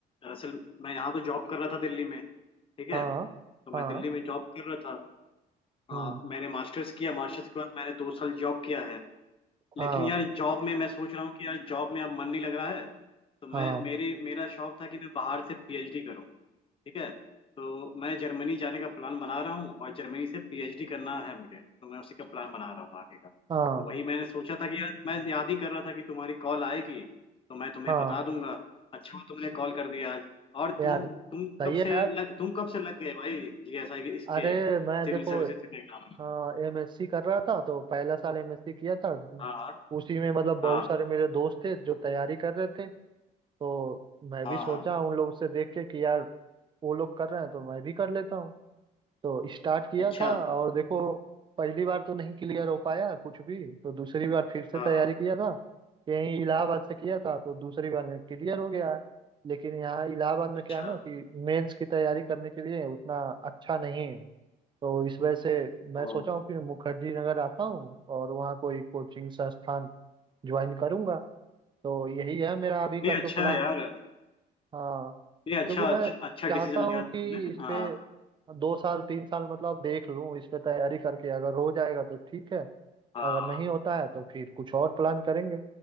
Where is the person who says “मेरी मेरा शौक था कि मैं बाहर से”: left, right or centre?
Left